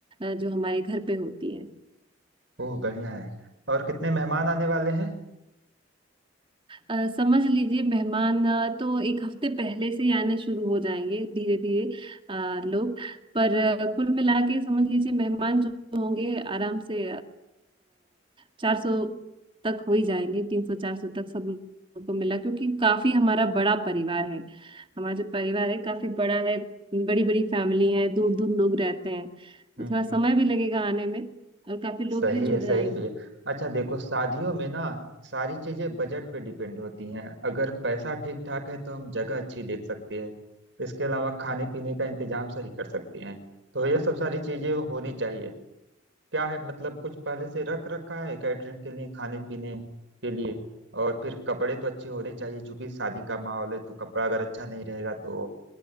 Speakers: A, on the right; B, on the right.
A: अ, जो हमारे घर पे होती है
B: ओह बढ़िया है और कितने मेहमान आने वाले हैं
A: अ, समझ लीजिए मेहमान अ, तो एक हफ्ते पहले से ही आने शुरू हो जाएंगे धीरे धीरे अ, लोग पर अ, कुल मिला के समझ लीजिए मेहमान जो होंगे आराम से चार सौ तक हो ही जाएंगे तीन सौ चार सौ तक सब लोगों को मिला क्योंकि काफी हमारा बड़ा परिवार है हमारा जो परिवार है काफी बड़ा है बड़ी बड़ी फैमिली है दूर दूर लोग रहते हैं
B: हम्म
A: तो थोड़ा समय भी लगेगा आने में और काफी लोग
B: सही
A: भी जुड़
B: है सही
A: जाएंगे
B: है भैया अच्छा देखो शादियों में ना सारी चीजें बजट पे डिपेंड होती हैं अगर पैसा ठीक ठाक है तो हम जगह अच्छी देख सकते हैं इसके अलावा खाने पीने का इंतजाम सही कर सकते हैं तो यह सब सारी चीजें होनी चाहिए क्या है मतलब कुछ पहले से रख रखा है कैटरिंग के लिए खाने पीने के लिए और फिर कपड़े तो अच्छे होने चाहिए क्योंकि शादी का माहौल है तो कपड़ा अगर अच्छा नहीं रहेगा तो